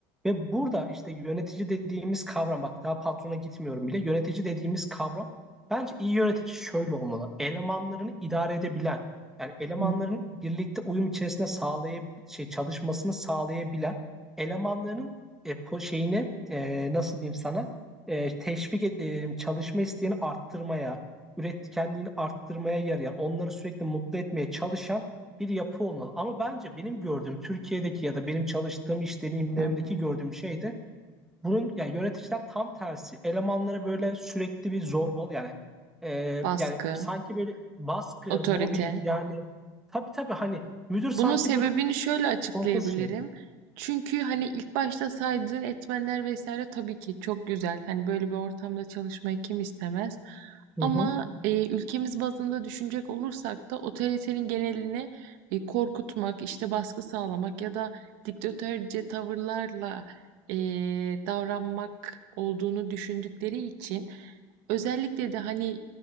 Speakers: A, in the centre; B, on the right (about 80°).
A: Ve burada işte yönetici dediğimiz kavram bak daha patrona gitmiyorum bile yönetici dediğimiz kavram bence iyi yönetici şöyle olmalı. Elemanlarını idare edebilen yani elemanların
B: Hı
A: birlikte uyum içerisinde sağlayab şey, çalışmasını sağlayabilen elemanların e, po şeyine e, nasıl diyeyim sana e, teşvik et, e, çalışma isteğini arttırmaya, üretkenliğini arttırmaya yarayan, onları sürekli mutlu etmeye çalışan bir yapı olmalı. Ama bence benim gördüğüm Türkiye'deki ya da benim çalıştığım iş deneyimlerimdeki
B: hı. hı.
A: gördüğüm şey de bunun yani yöneticiler tam tersi elemanlara böyle sürekli bir zorbalı yani e,
B: Baskı,
A: yani sanki böyle baskı,
B: otorite.
A: mobbing yani tabii tabii hani müdür sanki
B: Bunun sebebini
A: böyle
B: şöyle açıklayabilirim.
A: korkunç şey.
B: Çünkü hani ilk başta saydığın etmenler vesaire tabii ki çok güzel. Hani böyle bir ortamda çalışmayı kim istemez?
A: Hı
B: Ama
A: hı.
B: e, ülkemiz bazında düşünecek olursak da otoritenin genelini e, korkutmak, işte baskı sağlamak ya da diktatörce tavırlarla e, davranmak olduğunu düşündükleri için özellikle de hani